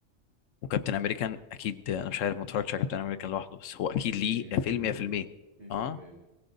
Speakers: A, on the left; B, on the right.
A: وكابتن امريكان اكيد انا مش عارف ما اتفرجتش على كابتن امريكان لوحده بس هو اكيد
B: في
A: ليه يا فيلم
B: فيلمين
A: يا فيلمين
B: في فيلمين
A: اه